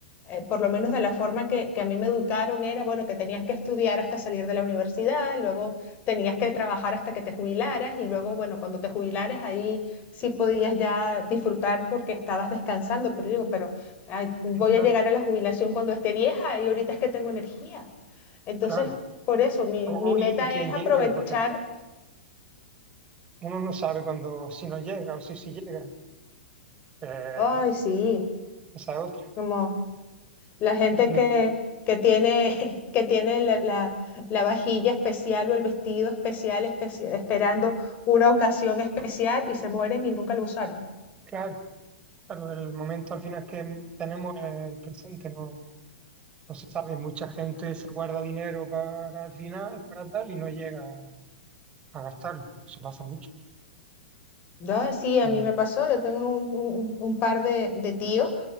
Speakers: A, on the left (about 30°); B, on the right (about 20°).
A: eh, por lo menos de la forma que, que a mí me educaron, era, bueno, que tenías que estudiar hasta salir de la universidad, luego tenías que trabajar hasta que te jubilaras y luego, bueno, cuando te jubilaras ahí sí podías ya disfrutar porque estabas descansando, pero digo, pero ay, voy
B: Pero claro,
A: a llegar a la jubilación cuando esté vieja y ahorita es que tengo energía. Entonces,
B: claro.
A: por eso mi,
B: O-
A: mi
B: o-
A: meta
B: y, y quien
A: es
B: llegue,
A: aprovechar.
B: porque uno no sabe cuando, si no llega o si sí llega, Eh,
A: Ay, sí,
B: esa es otra.
A: como la gente
B: El único-
A: que, que tiene, <laughs> que tiene la, la- la vajilla especial o el vestido especial, especi- esperando una ocasión especial y se mueren y nunca lo usaron.
B: claro, claro, el momento al final que tenemos es el presente, no, no se sabe, mucha gente se guarda dinero para el final, para tal, y no llega. a gastarlo. Eso pasa mucho.
A: Yo, eh, sí, a
B: Y
A: mí me pasó, yo tengo un, un- un par de, de tíos